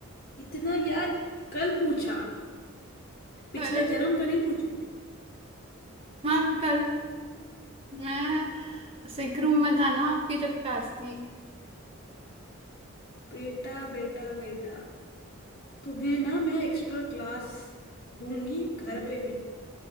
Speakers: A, on the left; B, on the right.
A: इतना याद कल पूछा पिछले
B: कल
A: जन्म का नहीं पूछेंगे
B: मैम कल मैं सिक रूम में था ना आपकी जब क्लास थी
A: बेटा बेटा बेटा तुम्हें ना मैं एक्स्ट्रा क्लास दूंगी घर पे भी